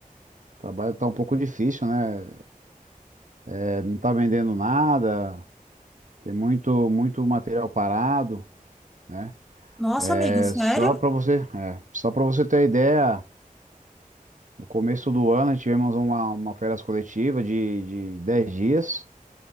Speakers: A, on the right; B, in the centre.
A: Trabalho tá um pouco difícil, né? É, não tá vendendo nada. Tem muito muito material parado, né?
B: Nossa, amigo,
A: É
B: sério?
A: só para você, é, só para você ter ideia, no começo do ano tivemos uma uma férias coletiva de de 10 dias.